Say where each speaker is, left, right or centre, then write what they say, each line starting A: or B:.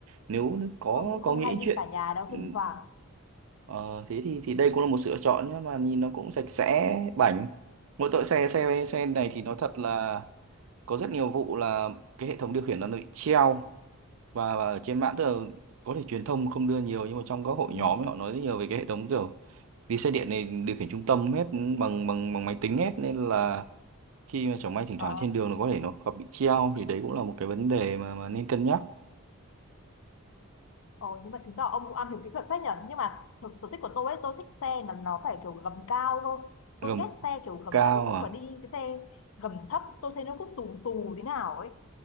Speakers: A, on the right (about 75°); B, on the left (about 65°).
A: nếu có
B: không cũng
A: có
B: không
A: nghĩ
B: hay đi
A: chuyện
B: cả nhà đâu
A: Ừ,
B: thỉnh thoảng
A: ờ, thế thì thì đây cũng là một sự lựa chọn nhưng mà nhìn nó cũng sạch sẽ bảnh mỗi tội xe xe xe này thì nó thật là có rất nhiều vụ là cái hệ thống điều khiển nó bị treo và, và ở trên mạng tức là có thể truyền thông không đưa nhiều nhưng mà trong các hội
B: Ừ.
A: nhóm ấy, họ nói rất nhiều về cái hệ thống kiểu vì xe điện này điều khiển trung tâm hết ừ, bằng bằng bằng máy tính hết nên là khi mà chẳng may thỉnh thoảng
B: ờ
A: trên đường nó có thể nó gặp bị treo thì đấy cũng là một cái vấn đề mà mà nên cân nhắc
B: Ồ, nhưng mà chứng tỏ ông cũng am hiểu kỹ thuật phết nhở nhưng mà thực sở thích của tôi ấy tôi thích xe là nó phải kiểu gầm cao cơ tôi
A: gầm
B: ghét xe kiểu gầm
A: cao
B: thấp lắm nói
A: à,
B: chung là đi cái xe gầm thấp tôi thấy nó cứ tù tù thế nào ấy